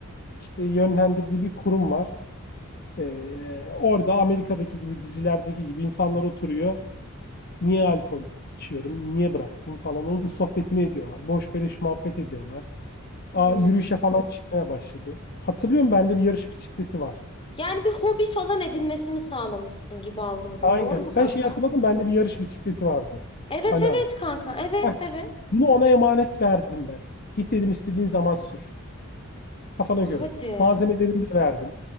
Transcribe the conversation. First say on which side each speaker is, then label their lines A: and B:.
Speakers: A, on the left; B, on the left.
A: işte yönlendirdiği bir kurum var. Ee, orada Amerika'daki gibi dizilerdeki gibi insanlar oturuyor. Niye alkol içiyorum? Niye bıraktım falan. Onun sohbetini ediyorlar. Boş beleş muhabbet ediyorlar. Aa,
B: Hmm.
A: yürüyüşe falan çıkmaya başladı. Hatırlıyorum bende bir yarış bisikleti var.
B: Yani bir hobi falan edinmesini sağlamışsın gibi algıladım.
A: Aynen.
B: Doğru mu
A: Sen
B: kanka?
A: şeyi hatırladın bende bir yarış bisikleti vardı.
B: Evet
A: Hala
B: evet
A: var.
B: kanka. Evet
A: Heh.
B: evet.
A: Bunu ona emanet verdim ben. Git dedim istediğin zaman sür. Kafana göre.
B: Hadi.
A: Malzemelerini de verdim.